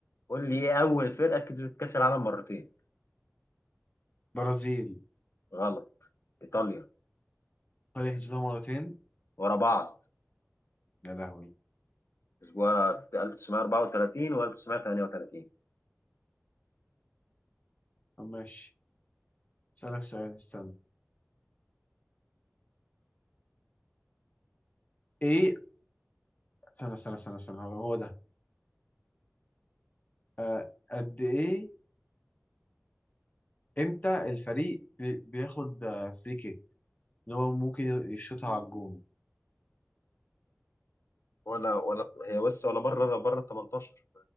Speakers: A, on the left; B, on the left.
A: قول لي ايه اول فرقة كسبت كأس العالم مرتين
B: برازيل
A: غلط ايطاليا
B: طلع كسبتها مرتين
A: ورا بعض
B: يا لهوي
A: اسبوع في 1934 و 1938
B: طب ماشي اسالك سؤال استنى ايه استنى استنى استنى استنى هو هو ده آه قد ايه امتى الفريق بي- بياخد آه، فري كيك اللي هو ممكن يشوطها على الجون
A: ولا ولا هي بس ولا بره بره ال 18